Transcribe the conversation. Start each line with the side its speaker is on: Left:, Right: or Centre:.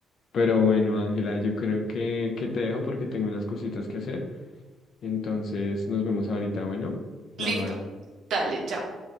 Left: Pero bueno, Ángela, yo creo que, que te dejo porque tengo unas cositas que hacer. Entonces nos vemos ahorita, bueno,
Right: Listo,
Left: bye bye.
Right: dale, chao.